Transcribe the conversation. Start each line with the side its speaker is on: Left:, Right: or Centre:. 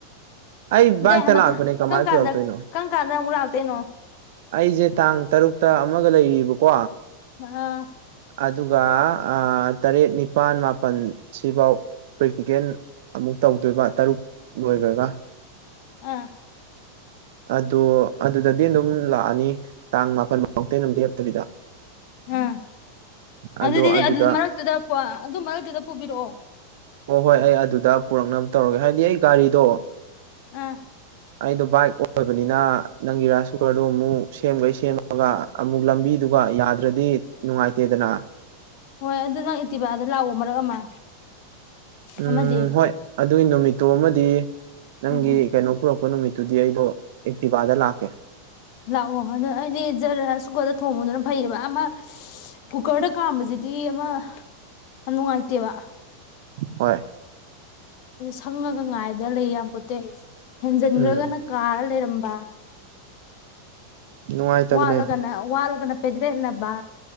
Right: ꯑꯩ
Left: ꯑꯗꯩ
Right: ꯕꯥꯏꯛꯇ
Left: ꯃꯊꯪ
Right: ꯂꯥꯛꯄꯅꯦ ꯀꯃꯥꯏ
Left: ꯀꯔꯝ ꯀꯥꯟꯗ
Right: ꯄꯨꯔꯛꯇꯣꯏꯅꯣ
Left: ꯀꯔꯝ ꯀꯥꯟꯗ ꯑꯃꯨꯛ ꯂꯥꯛꯇꯣꯏꯅꯣ
Right: ꯑꯩꯁꯦ ꯇꯥꯡ ꯇꯔꯨꯛꯇ ꯑꯃꯒ ꯂꯩꯔꯤꯕꯀꯣ
Left: ꯃꯑ
Right: ꯑꯗꯨꯒ ꯑꯥ ꯇꯔꯦꯠ ꯅꯤꯄꯥꯜ ꯃꯥꯄꯟ ꯁꯤꯕꯧ ꯄ꯭ꯔꯦꯛꯇꯤꯀꯦꯜ ꯑꯃꯨꯛ ꯇꯧꯗꯣꯏꯕ ꯇꯔꯨꯛ ꯂꯣꯏꯒ꯭ꯔꯒ
Left: ꯑꯥ
Right: ꯑꯗꯣ ꯑꯗꯨꯗꯗꯤ ꯑꯗꯨꯝ ꯂꯥꯛꯑꯅꯤ ꯇꯥꯡ ꯃꯥꯄꯜꯕꯧꯇꯤ ꯑꯗꯨꯝ ꯂꯦꯞꯇꯕꯤꯗ
Left: ꯎꯝ ꯑꯗꯨꯗꯤ
Right: ꯑꯗꯣ ꯑꯗꯨꯗ
Left: ꯑꯗꯨ ꯃꯔꯛꯇꯨꯗ <unintelligible> ꯑꯗꯨ ꯃꯔꯛꯇꯨꯗ ꯄꯨꯕꯤꯔꯛꯑꯣ
Right: ꯍꯣꯏ ꯍꯣꯏ ꯑꯩ ꯑꯗꯨꯗ ꯄꯨꯔꯛꯅꯕ ꯇꯧꯔꯒꯦ ꯍꯥꯏꯗꯤ ꯑꯩ ꯒꯥꯔꯤꯗꯣ
Left: ꯑ
Right: ꯑꯩꯗꯣ ꯕꯥꯏꯛ ꯑꯣꯏꯕꯅꯤꯅ ꯅꯪꯒꯤ ꯔꯥꯏꯁ ꯀꯨꯀꯔꯗꯣ ꯑꯃꯨꯛ ꯁꯦꯝꯒꯩ ꯁꯦꯝꯃꯒ ꯑꯃꯨꯛ ꯂꯝꯕꯤꯗꯨꯒ ꯌꯥꯗ꯭ꯔꯗꯤ ꯅꯨꯡꯉꯥꯏꯇꯦꯗꯅ
Left: ꯍꯣꯏ ꯑꯗꯨ ꯅꯪ ꯑꯦꯛꯇꯤꯚꯥꯗ ꯂꯥꯛꯑꯣ ꯃꯔꯛ ꯑꯃ
Right: ꯎꯝ
Left: ꯑꯃꯗꯤ
Right: ꯍꯣꯏ ꯑꯗꯨꯒꯤ ꯅꯨꯃꯤꯠꯇꯨ ꯑꯃꯗꯤ ꯅꯪꯒꯤ
Left: ꯎꯝ ꯎꯝ
Right: ꯀꯩꯅꯣ ꯄꯨꯔꯛ ꯄ ꯅꯨꯃꯤꯠꯇꯨꯗꯤ ꯑꯩꯗꯣ ꯑꯦꯛꯇꯤꯚꯥꯗ ꯂꯥꯛꯀꯦ
Left: ꯂꯥꯛꯑꯣ ꯑꯗꯨ ꯑꯩꯗꯤ ꯖꯔꯥꯏꯀꯨꯀꯔꯗ ꯊꯣꯡꯕꯗꯨꯅ ꯐꯩꯌꯦꯕ ꯑꯃ ꯀꯨꯀꯔꯗ ꯀꯥꯝꯕꯁꯤꯗꯤ ꯑꯃ ꯌꯥꯝ ꯅꯨꯡꯉꯥꯏꯇꯦꯕ
Right: ꯍꯣꯏ
Left: ꯁꯪꯉꯥꯒ ꯉꯥꯏꯗꯅ ꯂꯩ ꯌꯥꯄꯣꯠꯇꯦ ꯍꯦꯟꯖꯟꯒ‌꯭ꯔꯒꯅ
Right: ꯎꯝ
Left: ꯀꯥꯔ ꯂꯩꯔꯝꯕ
Right: ꯅꯨꯡꯉꯥꯏꯇꯕꯅꯦ
Left: ꯋꯥꯠꯂꯒꯅ ꯋꯥꯠꯂꯒꯅ ꯄꯦꯗ꯭ꯔꯦꯠꯅꯕꯥ